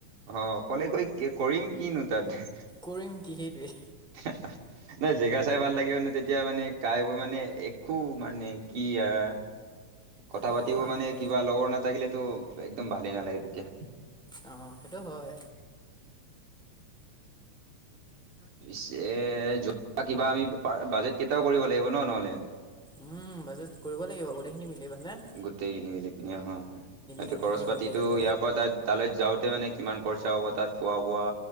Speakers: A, on the right; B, in the centre.
A: অ', অকলে গৈ কৰিম কিনো তাত।
B: কৰিম কি সেইটোৱে।
A: <inaudible> নাই জেগা চাই ভাল লাগিব নে তেতিয়া মানে কাই বৈ মানে একো মানে কি আৰু- কথা
B: একো
A: পাতিও
B: কাম
A: মানে
B: নাই।
A: কিবা লগৰ নাথাকিলেতো একদম ভালেই নালাগে তেতিয়া।
B: অ', সেইটো হয়।
A: পিছে যোৱা কিবা আমি বাজেট কেইটায়াও কৰিব লাগিব ন নহলে।
B: উম, বাজেত কৰিব লাগিব গোটেইখিনি মিলি পেলায়।
A: গোটেই কিনি মেলি পিনি অহ
B: কেনে
A: খৰছ
B: কৰিব
A: পাতিটো
B: লাগিব
A: ইয়াৰ পৰা তাত- তালৈ যাওঁতে মানে কিমান খৰচা হ'ব তাত খোৱা বোৱা